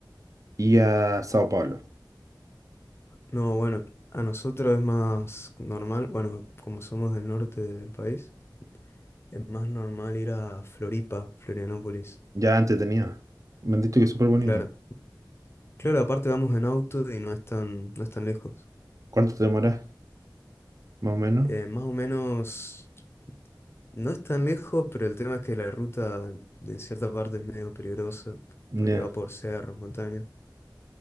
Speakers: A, on the right; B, on the left.
A: y a Sao Paulo.
B: No, bueno, a nosotros es más normal, bueno, como somos del norte del país, es más normal ir a Floripa, Florianópolis.
A: Ya entretenido. Me han dicho que es súper bonito.
B: Claro, claro, aparte vamos en auto y no es tan, no es tan lejos.
A: ¿Cuánto te demoras? Más o menos.
B: Eh, más o menos, no es tan lejos, pero el tema es que la ruta en cierta parte es medio peligrosa,
A: Ya.
B: porque va por cerros, montañas.